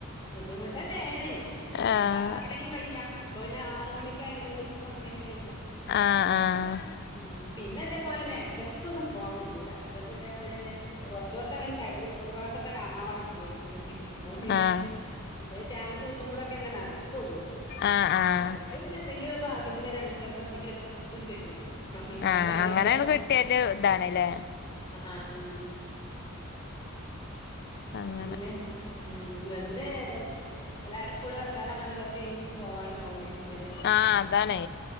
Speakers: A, on the left; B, on the left.
A: ബുദ്ധിമുട്ടന്നേണ്
B: ആഹ്
A: ഇപ്പൊ അ അങ്ങനീം വയ്യ. ഇപ്പൊ പിന്നെ ആറ് മണിക്ക് ആയിനോട് ഇപ്പൊ അങ്ങനീം വയ്യ
B: ആഹ് ആഹ്
A: ഉം പിന്നെ ഇതേ പോലന്നെ എടക്കെടക്കൊന്നും പോവാൻ പറ്റൂല. ഹസ്ബന്റ് ഇതേ മാതിരിയന്നെ ഒരു കുറച്ചൂസം അങ്ങട് <unintelligible> ഒരു മാസൊക്കെ അങ്ങട് ആവണം ചോയ്ക്കണെങ്കില് അപ്പൊ പിന്നെ
B: ആഹ് ആഹ്
A: എന്തേല് ചാൻസ് കിട്ടുമ്പോളൊക്കെയല്ലെ നടക്കൊള്ളൂ.
B: ആഹ് ആഹ്
A: എട പിന്നെ എന്നെങ്കിലും ഒരു ഭാഗ്യത്തിന് ഒര് രണ്ട് ചെലപ്പൊ എന്തെങ്കിലൊക്കെ <unintelligible> കൊറേ
B: ആഹ്
A: കയ്യുമ്പോ
B: അങ്ങനെയാണ് കിട്ടിയാല് ഇതാണ്ല്ലേ
A: ആഹ് ഉം
B: അങ്ങനെ
A: പിന്നെ ഉം വന്ന് എല്ലാരേം കൂടെ വർത്താനം പറഞ്ഞു കൊറച്ച് കയ്യുമ്പൊ പിന്നെ പോവാനും ആവൂലേ ഇങ്ങനെ
B: ആഹ് അതാണേ